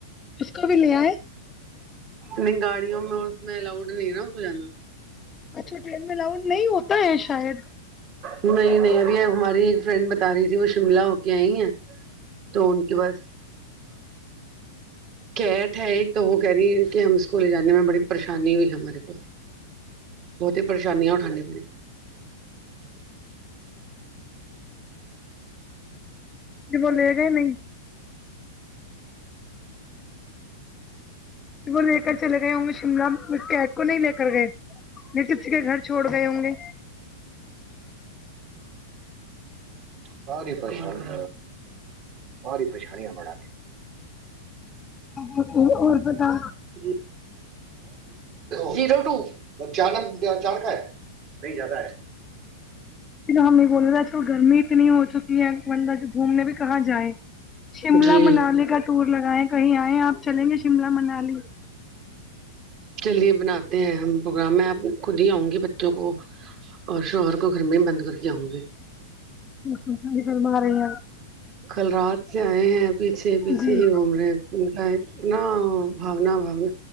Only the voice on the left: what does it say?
اس کو بھی لے آئے
اچھا ٹرین میں لاؤڈ نہیں ہوتا ہے شاید
جی وہ لےگے ہی نہیں وہ لے کر چلے گئے ہوں شملہ کیٹ کو نہیں لے کر گئے میں کسی کے گھر چھوڑ گئے ہوں گے
<inaudible> اور بتا
ہم یہ بول رہے تھے گرمی اتنی ہو چکی ہے بندہ جو گھومنے بھی کہاں جائیں شملہ
منالی کا ٹور لگائےیں کہیں آئئے آپ چلیں گے شملہ منالی
<inaudible> اری ف مارے گ
جی